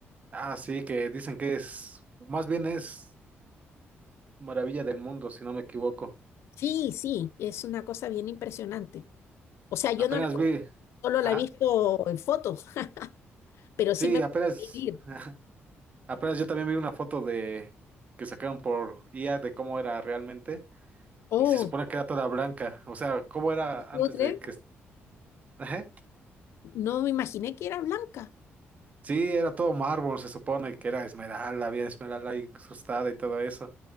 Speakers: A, on the right (about 35°); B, on the left (about 75°).
A: Ah, sí, que dicen que es, más bien es maravilla del mundo, si no me equivoco.
B: Sí, sí, es una cosa bien impresionante. O sea, yo
A: Apenas
B: no la, conozco,
A: vi,
B: solo la
A: ajá,
B: he visto en fotos, pero
A: sí,
B: sí me gustaría
A: apenas,
B: ir.
A: <laughs> apenas yo también vi una foto de que sacaron por IA de cómo era realmente
B: Oh,
A: y se supone que era toda blanca, o sea, cómo era
B: ¿puedo
A: antes
B: creer?
A: de que, <laughs> Ajá.
B: No me imaginé que era blanca.
A: Sí, era todo mármol, se supone que era esmeralda, había esmeralda ahí incrustada y todo eso.